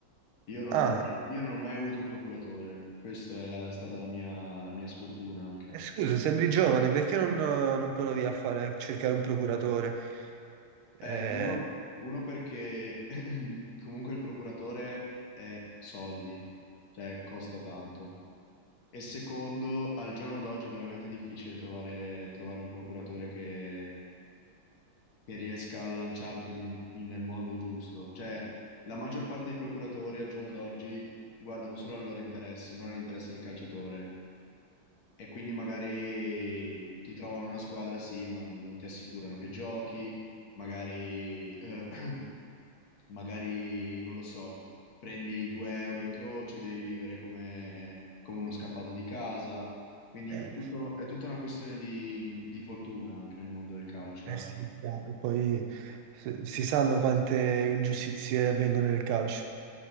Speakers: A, on the left; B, on the right.
A: Io non
B: ah,
A: ho, io non ho mai avuto un procuratore, questa è la- stata la mia, la mia sfortuna anche.
B: eh, scusa, sembri giovane, perché non, uh, non provi a fare, a cercare un procuratore?
A: Eh,
B: Eh,
A: uno, uno perché <laughs> <clears throat> comunque il procuratore è soldi, cioè costa tanto. E secondo, al giorno d'oggi è veramente difficile trovare, trovare un procuratore che, che riesca a lanciarti in- in- nel mondo giusto. Cioè, la maggior parte dei procuratori al giorno d'oggi guardano solo al loro interesse, non all'interesse del calciatore. E quindi magari ti trovano una squadra, sì, ma non ti assicurano che giochi magari eh, <clears throat> magari, non lo so, prendi 2 euro in croce, devi vivere come, come uno scappato di casa. Quindi
B: eh,
A: è tutto- è tutta una questione di, di fortuna anche nel mondo del calcio,
B: eh
A: eh.
B: sì, chiaro. Poi se- si sanno quante ingiustizie avvengono nel calcio.